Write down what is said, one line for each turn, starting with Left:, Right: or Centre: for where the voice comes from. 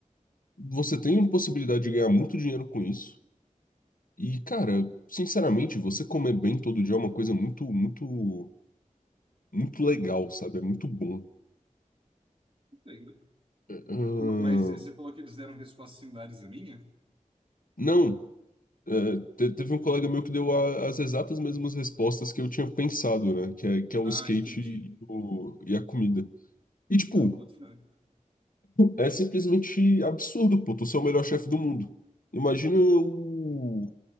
Left: você tem uma possibilidade de ganhar muito dinheiro com isso. E, cara, sinceramente, você comer bem todo dia é uma coisa muito, muito, muito legal, sabe? É muito bom.
Right: uhum.
Left: Ahn,
Right: Mas você falou que eles deram respostas similares à minha?
Left: não, é, te- teve um colega meu que deu a- as exatas mesmas respostas que eu tinha pensado, né? Que é, que é o
Right: Ah,
Left: skate
Right: entendi.
Left: e, o- e a comida. E, tipo,
Right: Não, boto fé.
Left: é simplesmente absurdo, pô. Tu ser o melhor chefe do mundo. Imagina o.